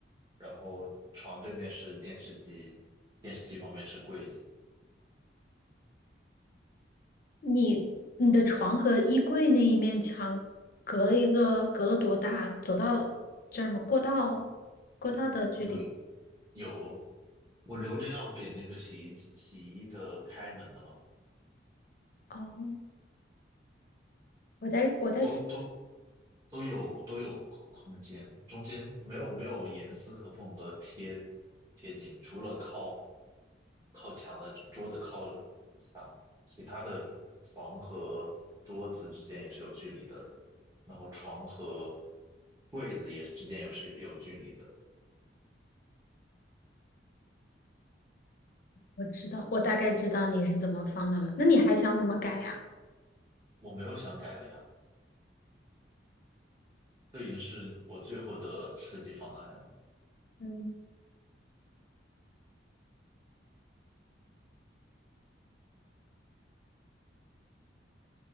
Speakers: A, on the right; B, on the left.
A: 然后床对面是电视机，电视机旁边是柜子。
B: 你你的床和衣柜那一面墙隔了一个，隔了多大？走到这儿吗？过道，过道的距离。
A: 有。有，我留着要给那个洗衣机洗衣的开门的嘛，
B: 哦，我在我在想，
A: 都都都有都有空空间，中间没有没有严丝合缝的贴贴紧，除了靠靠墙的桌子靠墙，其他的床和桌子之间也是有距离的，然后床和柜子也之间也是有距离的，
B: 我知道，我大概知道你是怎么放的了。那你还想怎么改呀？
A: 我没有想改了呀，这已经是我最后的设计方案了，
B: 嗯，